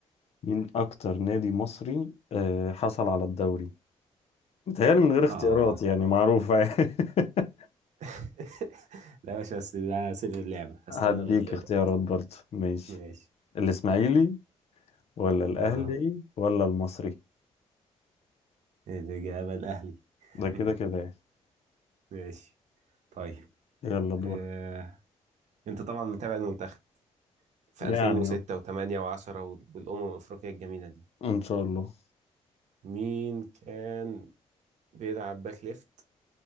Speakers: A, on the left (about 60°); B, on the right (about 80°).
A: مين أكتر نادي مصري آه حصل على الدوري متهيألي من غير اختيارات
B: اه
A: يعني معروفة <laughs>
B: <laughs> لا يا باشا بس ده سر اللعبة هستنى
A: هديك
B: الاختيارات
A: أديك اختيارات برضه ماشي
B: ماشي
A: الإسماعيلي ولا الأهلي
B: اه
A: ولا المصري
B: الإجابة الأهلي <laughs>
A: ده كده كده يعني
B: ماشي طيب
A: يلا دورك
B: آه. انت طبعا متابع المنتخب في
A: يعني
B: 2006
A: اه
B: و8 و10 والأمم الأفريقية الجميلة دي
A: ان شاء الله
B: مين كان بيلعب باك ليفت